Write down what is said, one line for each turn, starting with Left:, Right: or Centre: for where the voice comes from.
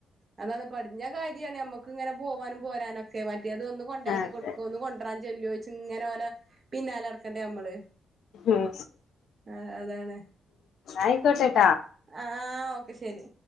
Right: അതാണ് പഠഞ്ഞ കാര്യമാണ് മ്മക്ക് ഇങ്ങനെ പോവാനും പോരാനൊക്കെ മറ്റി അത് ഒന്ന് കൊണ്ടാക്കി
Left: അതെ
Right: കൊടുക്ക
Left: അതെ
Right: ഒന്ന് കൊണ്ടരാൻ ചല്ല്ലോച്ച് ഇങ്ങനെ പോല പിന്നാലർക്ക നമ്മള്
Left: ഉം
Right: ആഹ അതാണ്
Left: ആയിക്കോട്ടെ
Right: ആഹ ഓക്കെ ശെരി